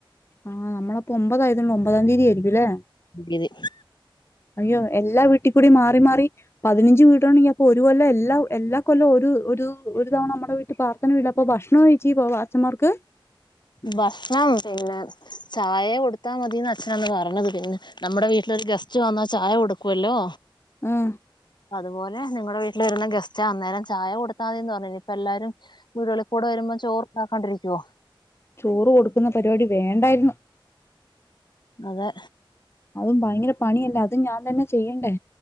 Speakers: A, on the left; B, on the left.
A: ആഹ് നമ്മളപ്പൊ ഒമ്പതായതു കൊണ്ട് ഒമ്പതാം തീയ്യതി ആയിരിക്കും ലെ
B: തിയ്യതി
A: അയ്യോ എല്ലാ വീട്ടി കൂടി മാറി മാറി പതിനഞ്ച് വീടാണെങ്കി അപ്പൊ ഒരു കൊല്ലം എല്ലാ എല്ലാ കൊല്ലും ഒരു ഒരു ഒരു തവണ നമ്മടെ വീ ട്ടി പാർത്ഥന ഇല്ല ഇപ്പൊ ഭക്ഷണോം കഴിച്ച് പോവാ അച്ചന്മാർക്ക്
B: ഭക്ഷണം പിന്നെ ചായ കൊട്ത്താ മതിന്നാ അച്ഛൻ അന്ന് പർണത് പിന്നെ നമ്മുടെ വീട്ടിലൊരു ഗസ്റ്റ് വന്നാ ചായ കൊടുക്കുവല്ലോ
A: ആഹ്
B: അതുപോലെ നിങ്ങളെ വീട്ടിൽ വെരുന്ന ഗസ്റ്റാ അന്നേരം ചായ കൊടുത്താ മതിന്ന് പർണിനി ഇപ്പ എല്ലാരും ഉരളിക്കൂടി വരുമ്പോ ചോറുണ്ടാക്കിക്കൊണ്ടിരിക്കുവോ
A: ചോറ് കൊടുക്കുന്ന പരിപാടി വേണ്ടായിരുന്നു
B: അതെ
A: അതും ഭയങ്കര പണിയല്ലേ അതും ഞാൻ തന്നെ ചെയ്യണ്ടേ